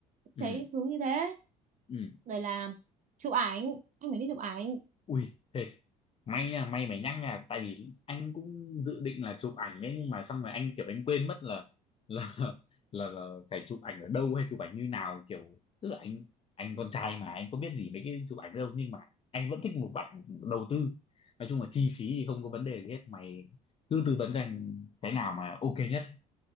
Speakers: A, on the right (about 40°); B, on the left (about 30°).
A: những
B: ừ
A: thế thứ như thế
B: ừ
A: rồi là chụp ảnh anh phải đi chụp ảnh
B: Ui thế may nha may mày nhắc nha tại vì anh cũng dự định là chụp ảnh đấy nhưng mà xong rồi anh kiểu anh quên mất là là là, là phải chụp ảnh ở đâu hay chụp ảnh như nào kiểu tức là anh anh con trai mà anh có biết gì mấy cái chụp ảnh đâu nhưng mà anh vẫn thích một ảnh đầu tư nói chung là chi phí thì không có vấn đề gì hết mày cứ tư vấn cho anh cái nào mà ok nhất